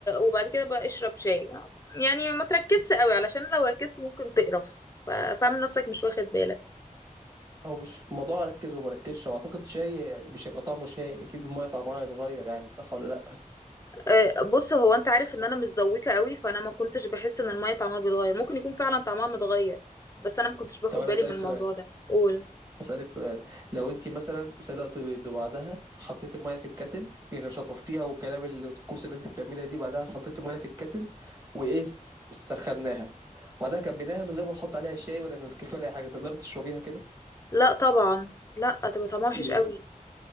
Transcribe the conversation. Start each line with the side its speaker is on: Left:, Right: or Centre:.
Left: وبعد كده بقى اشرب شاي يعني ما تركزش قوي علشان لو ركزت ممكن تقرف ف- فاعمل نفسك مش واخد بالك
Right: هو مش موضوع اركز ومركزش واعتقد شاي مش هيبقى طعمه شاي اكيد الميه طعمها هيتغير يعني صح ولا لا
Left: أه، بص هو انت عارف ان انا مش ذويقه قوي فانا ما كنتش بحس ان الميه طعمها بيتغير ممكن يكون فعلا طعمها متغير بس انا ما كنتش باخد
Right: طب انا
Left: بالي
Right: هسالك
Left: من الموضوع
Right: سؤال
Left: ده قول
Right: هسالك سؤال لو انت مثلا سلقت بيض وبعدها حطيت الميه في الكاتل يعني شطفتيها والكلام اللي- الطقوس اللي انت بتعملها دي بعدها حطيت الميه في الكاتل وايه س- سخناها وبعدها كبيناها من غير ما نحط عليها شاي ولا نسكافيه ولا اي حاجه تقدري تشربيها كده
Left: لا طبعا لا تبقى طعمها وحش
Right: ليه
Left: قوي